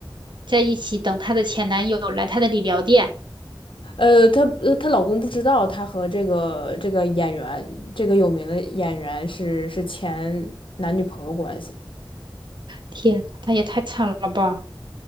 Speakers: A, on the right; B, on the left.
A: 在一起等她的前男友来她的理疗店，
B: 呃，她呃她老公不知道她和这个这个演员这个有名的演员是是前男女朋友关系。
A: 天呐，她也太惨了吧！